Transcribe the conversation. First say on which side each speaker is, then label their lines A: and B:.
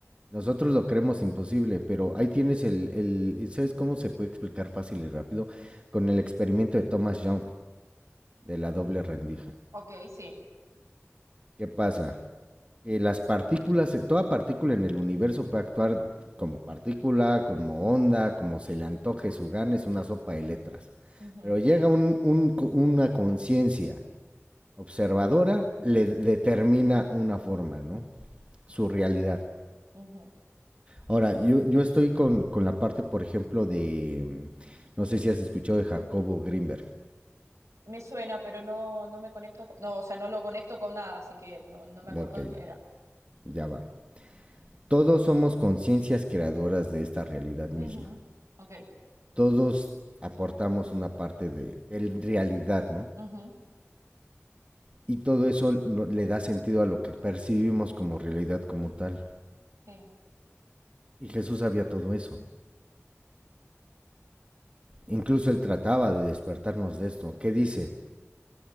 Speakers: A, on the right (about 25°); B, on the right (about 85°).
A: Nosotros lo creemos imposible, pero ahí tienes el, el, el- ¿sabes cómo se puede explicar fácil y rápido? Con el experimento de Thomas Young de la doble rendija.
B: Ok, sí.
A: ¿Qué pasa? Que las partículas, eh, toda partícula en el universo puede actuar como partícula, como onda, como se le antoje su gana, es una sopa de letras.
B: Ujú,
A: Pero llega un, un, co- una conciencia observadora, le determina una forma, ¿no? Su realidad.
B: ujú.
A: Ahora, yo, yo estoy con, con la parte, por ejemplo, de, mm, no sé si has escuchado de Jacobo Grinberg,
B: Me suena, pero no, no me conecto, con- no, o sea, no lo conecto con nada, así que no, no me acuerdo
A: Ok,
B: de qué era.
A: ya va. Todos somos conciencias creadoras de esta realidad misma.
B: Ujú, Ok,
A: Todos aportamos una parte de, de realidad, ¿no?
B: ujú,
A: Y todo eso no- le da sentido a lo que percibimos como realidad como tal.
B: sí,
A: Y Jesús sabía todo eso. Incluso él trataba de despertarnos de esto. ¿Qué dice?